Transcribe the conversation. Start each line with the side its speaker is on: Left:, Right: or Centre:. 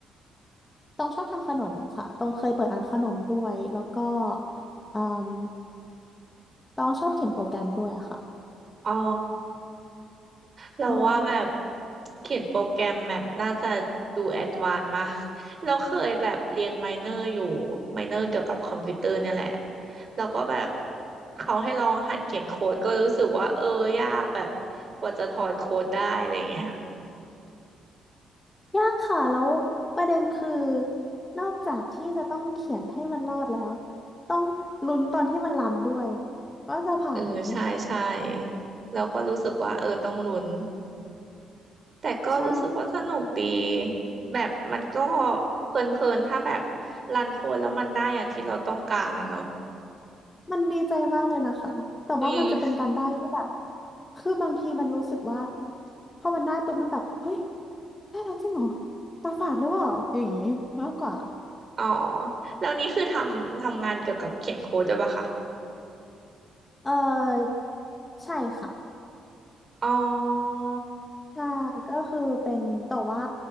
Left: ต้องชอบทำขนมค่ะต้องเคยเปิดร้านขนมด้วยแล้วก็เอ่มต้องชอบเขียนโปรแกรมด้วยค่ะ
Right: อ๋อ เราว่าแบบ
Left: ใช่
Right: เขียนโปรแกรมแบบน่าจะดูแอดวานซ์มากเราเคยแบบเรียนไมเนอร์อยู่ไมเนอร์เกี่ยวกับคอมพิวเตอร์เนี่ยแหละแล้วก็แบบเขาให้ลองหัดเขียนโค้ดก็รู้สึกว่าเออยากแบบกว่าจะถอดโค้ดได้อะไรเงี้ย
Left: ยากค่ะแล้วประเด็นคือนอกจากที่จะต้องเขียนให้มันรอดแล้วต้องลุ้นตอนที่มันรันด้วยว่าจะผ่านไหม
Right: เออใช่ใช่เราก็รู้สึกว่าเออต้องลุ้นแต่ก็รู้สึกว่าสนุกดี
Left: ใช่
Right: แบบมันก็เพลินๆถ้าแบบรันโค้ดแล้วมันได้อย่างที่เราต้องการอ่ะเนอะ
Left: มันดีใจมากเลยนะคะแต่ว่ามันจะเป็นการได้ที่แบบ
Right: อืม
Left: คือบางทีมันรู้สึกว่าพอมันได้ปุ๊บมันแบบเฮ้ยได้แล้วจริงเหรอตาฝาดหรือเปล่าอย่างนี้มากกว่า
Right: อ๋อแล้วนี้คือทำทำงานเกี่ยวกับเขียนโค้ดด้วยปะคะ
Left: เออใช่ค่ะ
Right: อ๋อ
Left: ใช่ก็คือเป็นแต่ว่า